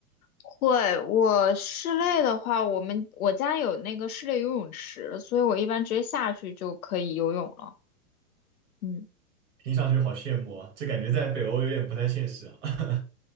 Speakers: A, on the left; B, on the right.
A: 会。我室内的话，我们我家有那个室内游泳池，所以我一般直接下去就可以游泳了。嗯，
B: 听上去好羡慕啊，这感觉在北欧有点不太现实啊。<laughs>